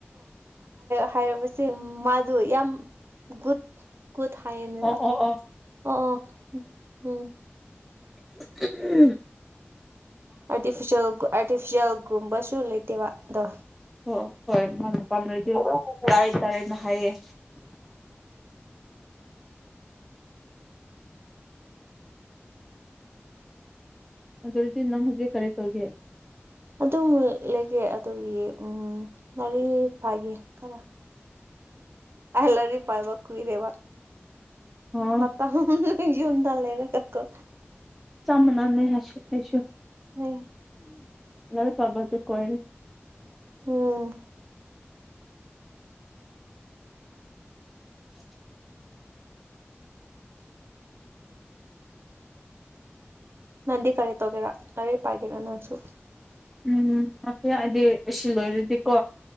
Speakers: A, on the right; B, in the centre.
A: ꯍꯥꯏꯔꯕꯁꯦ ꯃꯥꯗꯨ ꯌꯥꯝ ꯒꯨꯗ ꯀ ꯊꯥꯏꯌꯦꯅꯦꯕ
B: ꯑꯣ ꯑꯣ ꯑꯣ
A: ꯑ ꯎꯝ
B: ꯎꯝ
A: ꯔ ꯑꯥꯔꯇꯤꯐꯤꯁꯦꯜ ꯒꯨꯝꯕꯁꯨ ꯂꯩꯇꯦꯕꯗ
B: ꯑꯣ ꯍꯣꯏ ꯃꯥꯅ ꯄꯥꯝꯅꯔꯗꯤ ꯇꯥꯔ ꯇꯥꯔꯅ ꯍꯥꯏꯌꯦ
A: <unintelligible>
B: ꯑꯗꯨꯔꯗꯤ ꯅꯪ ꯍꯧꯖꯤꯛ ꯀꯔꯤ ꯇꯧꯒꯦ
A: ꯑꯗꯨꯝ ꯂꯩꯒꯦ ꯑꯗꯨꯒꯤ ꯒꯥꯔꯤ ꯐꯥꯏꯒꯦ ꯈꯔ ꯂꯔꯤ ꯄꯥꯏꯕ ꯀꯨꯏꯔꯦꯕ
B: ꯑꯣ
A: ꯃ ꯌꯟꯂꯔ ꯀꯀꯣ
B: ꯆꯝꯅꯅꯦ ꯍꯥꯏꯁꯤ ꯀꯁꯨ
A: ꯎꯝ
B: ꯂ ꯄꯕ ꯇꯨ ꯀꯣꯏꯔ
A: ꯎꯝ
B: <inaudible>
A: ꯅꯟꯗꯤ ꯀꯔꯤ ꯇꯒꯦꯔꯥ ꯅꯔꯦ ꯄꯥꯏꯒꯦꯔꯥ ꯅꯅꯥꯁꯨ
B: ꯎꯝ ꯉ ꯍꯥꯏꯗꯤ ꯑꯁꯤ ꯂꯣꯏꯔꯗꯤꯀꯣ